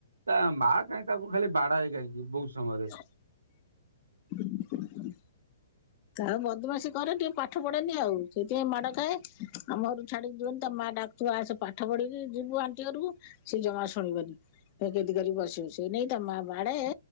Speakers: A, on the right (about 80°); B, on the left (about 40°).
A: ତା ମା କାହିଁକି ତାକୁ ଖାଲି ବାଡାଏ କାହିଁକି ବହୁତ ସମୟରେ।
B: <inaudible> <inaudible> ଆଉ ବଦମାସୀ କରେ ଟିକେ ପାଠ ପଢେନି ଆଉ ସେଥିପାଇଁ ମାଡ ଖାଏ ଆମ ଘରରୁ ଛାଡିକି ଯିବନି ତା ମା ଡାକ ତୁ ଆସେ ପାଠ ପଢିକି ଯିବୁ ଆଣ୍ଟି ଘରକୁ ସେ ଜମା ଶୁଣିବନି। ସେଇ ଜିଦି କରିକି ବସିବ ସେଇନାଗି ତା ମା ବାଡାଏ